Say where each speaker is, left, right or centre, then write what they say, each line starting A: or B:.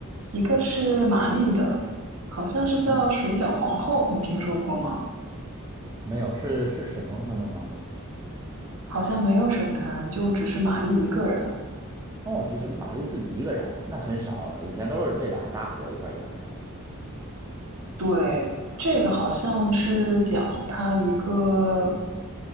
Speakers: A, on the right; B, on the right.
A: 一个是玛丽的，好像是叫《水饺皇后》，
B: 嗯，
A: 你听说过吗？
B: 没有，是是沈腾他们吗？
A: 好像没有沈腾，就只是玛丽一个人。
B: 哦，只是马丽自己一个人，那很少，以前都是这俩搭伙一块儿演，是吧？
A: 对，这个好像是讲她一个